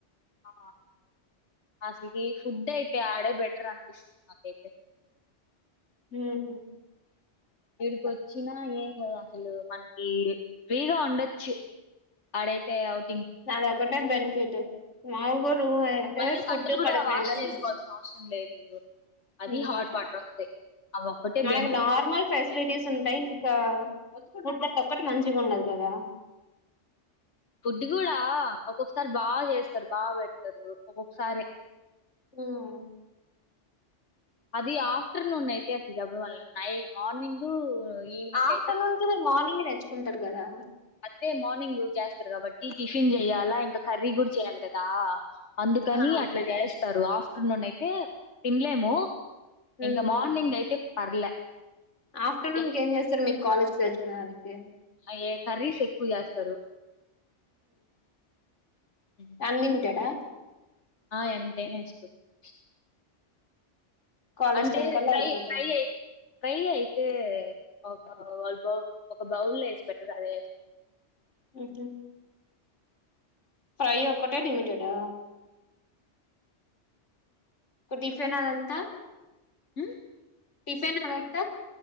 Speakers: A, on the left; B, on the left.
A: ఆ అసలుకి ఫుడ్ అయితే ఆడే బెటర్ అనిపిస్తుంది నాకైతే
B: ఉ మ్
A: వీడికి వచ్చినా ఏం ల అసలు మనకి ఫ్రీగా ఉండచ్చు ఆడైతే అవుట్
B: అదొ ఒకటే బెనిఫిట్ మాంగు రు రూమ్ అయితే
A: మళ్ళీ
B: ఫుడ్
A: బట్టలు కూడా
B: కడుపూ
A: వాష్
B: నిండా
A: చేసుకోవాల్సిన
B: తినోచూ
A: అవసరం లేదు అది
B: ఉమ్
A: హాట్ వాటర్ వస్తాయి అవి ఒక్కటే
B: మనకి
A: బెనిఫిట్
B: నార్మల్ ఫెసిలిటీస్ ఉంటాయి ఇంకా ఫుడ్ అదిఒక్కటి మంచిగా ఉన్నది కదా
A: ఇది కూడా ఒక్కొక్కసారి బాగా చేస్తారు బాగా పెడతారు ఒక్కొక్కసారి
B: హుమ్
A: అది ఆఫ్టర్నూన్ అయితే అసలు చెప్పబల్లె నై మార్నింగ్ ఈవినింగ్
B: ఆఫ్టర్నూన్
A: అయితే
B: కి మీరు మార్నింగే తెచ్చుకున్ టారు కదా
A: అంతే మార్నింగ్ చేస్తారు కాబట్టి టిఫిన్ చెయ్యాలా ఇంకా కర్రీ కూడా చెయాలి కదా అందుకని
B: ఆ
A: అట్లా చేస్తారు ఆఫ్ నూన్ అయితే తినలేము
B: హ్మ్.
A: ఇంగ మార్నింగ్ అయితే పర్లే
B: ఆఫ్టర్నూన్
A: ఏ-
B: గేమ్చేస్తారు మీకు కాలేజ్ తెచ్చుకునేదానికి
A: అయ్యే కర్రీస్ ఎక్కువ చేస్తారు ఉమ్.
B: అన్లిమిటెడ్ ఆ
A: ఆ ఎంతైనా వేసుకోవచ్చు
B: కాలేజ్
A: అంటే
B: టైం కల్లా
A: ఫ్రై
B: అయిపోతది
A: ఫ్రై అయి ఫ్రై అయితేఓ క వాళ్ళు బౌ ఒక బౌలో వేసి పెడతది అదే ఎస్
B: ఉంహు ఫ్రై ఒకటే లిమిటెడ్ ఆ ఇక డిఫిన్ అదంతా
A: ఉమ్
B: టిఫెన్ అదంతా